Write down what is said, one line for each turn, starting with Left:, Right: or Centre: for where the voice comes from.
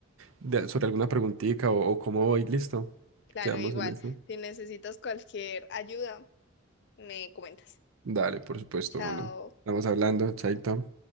Right: de- sobre alguna preguntita o, o cómo voy, listo.
Left: Claro,
Right: Quedamos
Left: igual.
Right: en eso.
Left: Si necesitas cualquier ayuda, me comentas.
Right: Dale, por supuesto,
Left: Chao.
Right: bueno. Estamos hablando, chaito.